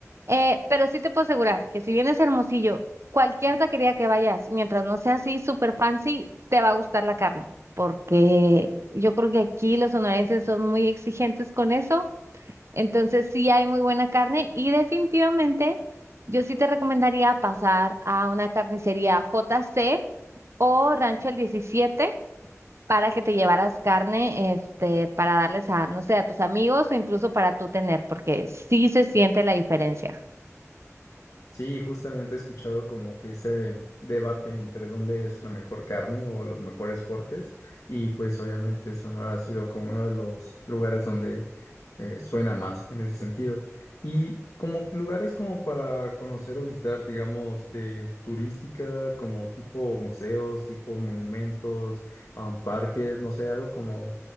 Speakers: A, on the right; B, on the left.
A: Eh, pero sí te puedo asegurar que si vienes a Hermosillo, cualquier taquería que vayas, mientras no sea así súper fancy, te va a gustar la carne, porque yo creo que aquí los sonorenses son muy exigentes con eso, entonces sí hay muy buena carne y definitivamente yo sí te recomendaría pasar a una carnicería JC o Rancho el 17 para que te llevaras carne, este, para darles a, no sé, a tus amigos o incluso para tú tener, porque sí se siente la diferencia.
B: Sí, justamente he escuchado como que ese debate entre dónde es la mejor carne o los mejores cortes y pues obviamente Sonora ha sido como uno de los lugares donde eh, suena más en ese sentido. Y como lugares como para conocer o visitar, digamos, de turística, como tipo museos, tipo monumentos, um, parques, no sé, algo como